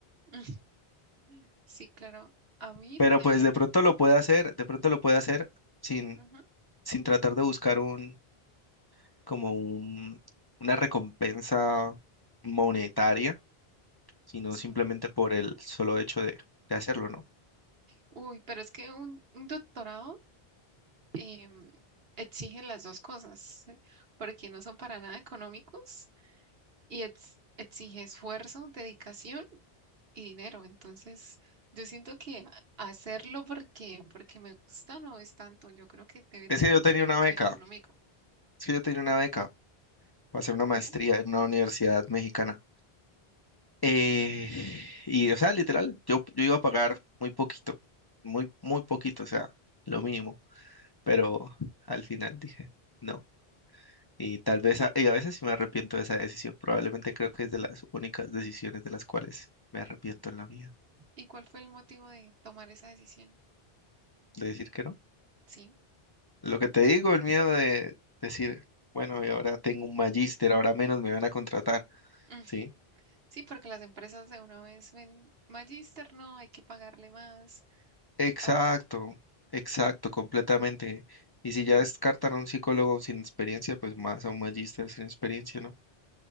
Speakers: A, on the right; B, on the left.
A: <laughs> Sí, claro. A mí
B: Pero
A: también.
B: pues de pronto lo puede hacer, de pronto lo puede hacer sin,
A: Ujú.
B: sin tratar de buscar un, como un, una recompensa monetaria, sino
A: Sí.
B: simplemente por el solo hecho de, de hacerlo, ¿no?
A: Uy, pero es que un, un doctorado em, exige las dos cosas, porque no son para nada económicos y ex- exige esfuerzo, dedicación y dinero. Entonces, yo siento que a- hacerlo porque, porque me gusta no es tanto. Yo creo que debe
B: Es
A: tener
B: que yo
A: un
B: tenía
A: enfoque
B: una beca,
A: económico.
B: es que yo tenía una beca para hacer
A: ¿Ok?
B: una maestría en una universidad mexicana. Eh, y, o sea, literal, yo, yo iba a pagar muy poquito, muy, muy poquito, o sea, lo mínimo, pero al final dije, no. Y tal vez, a, y a veces sí me arrepiento de esa decisión. Probablemente creo que es de las únicas decisiones de las cuales me arrepiento en la vida,
A: ¿Y cuál fue el motivo de tomar esa decisión?
B: de decir que no.
A: Sí.
B: Lo que te digo, el miedo de decir, bueno, y ahora tengo un magíster, ahora menos me van a contratar,
A: Mm,
B: ¿sí?
A: Sí, porque las empresas de una vez ven magíster, no, hay que pagarle más.
B: Exacto,
A: pa-
B: exacto, completamente. Y si ya descartan a un psicólogo sin experiencia, pues más a un magíster sin experiencia, ¿no?